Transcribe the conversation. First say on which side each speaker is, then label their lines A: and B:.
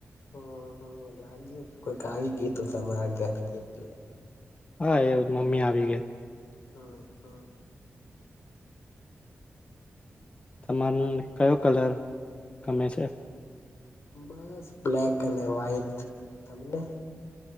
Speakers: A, on the left (about 75°); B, on the left (about 25°).
A: હમ હમ લાગી કોઈક આવી ગીતું તમારા ઘરથી એટલે
B: હા એ મમ્મી આવી ગયા
A: હા હા
B: તમારે કયો કલર ગમે છે
A: બસ બ્લેક અને વ્હાઈટ તમને